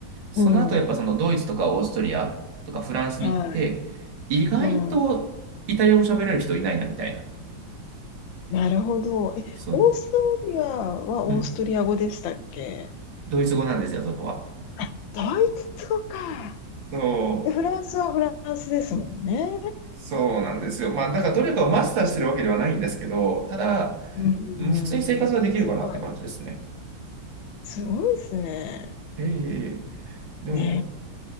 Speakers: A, on the right; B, on the left.
A: その後やっぱそのドイツとかオーストリアとかフランスに行って、
B: うん。うん。はい。
A: 意外とイタリア語喋れる人いないなみたいな。
B: うん。なるほど。え、
A: そう、
B: オーストリアはオーストリア語でしたっけ
A: うん。ドイツ語なんですよ、そこは。
B: あ、ドイツ語か。
A: そ
B: で、フランスはフランスですもんね。
A: う、そうなんですよ。まあ、だからどれかをマスターしてるわけではないんですけど、ただ、
B: うん。
A: うん普通に生活はできるかなって感じですね。
B: すごい。すごいですね。
A: ええ、でも、
B: ね